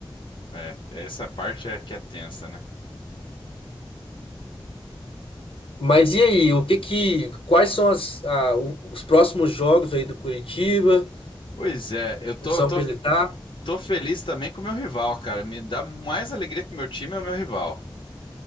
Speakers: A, on the left; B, on the left.
A: É, essa parte é que é tensa, né?
B: Mas e aí, o que que, quais são as, a- o- os próximos jogos aí do Curitiba?
A: Pois é, eu tô,
B: A posição
A: tô,
B: que ele tá?
A: tô feliz também com o meu rival, cara. Me dá mais alegria que o meu time é o meu rival.